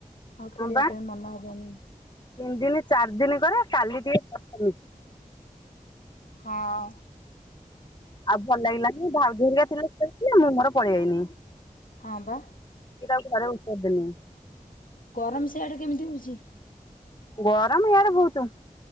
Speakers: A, on the left; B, on the left.
A: ଆଉ ଖେଳିବା
B: ହଁ ବା
A: ପାଇଁ ମନ ହବନି।
B: ତିନି ଦିନ ଚାରି ଦିନ କରେ କାଲି ଟିକେ କମିଛି।
A: ହଁ।
B: ଆଉ ଭଲ ଲାଗିଲା ନି ଭାଉଜ ହାରିକା ଥିଲେସେଠି ମୁଁ ମୋର ପଳେଇ ଆଇନି।
A: ହଁ ବା
B: କି ତାକୁ ଘରେ ଉତାରିଦେଲେଣି।
A: ଗରମ ସେଆଡ଼େ କେମିତି ହଉଛି?
B: ଗରମ ହିଆଡେ ବୋହୁତୁ।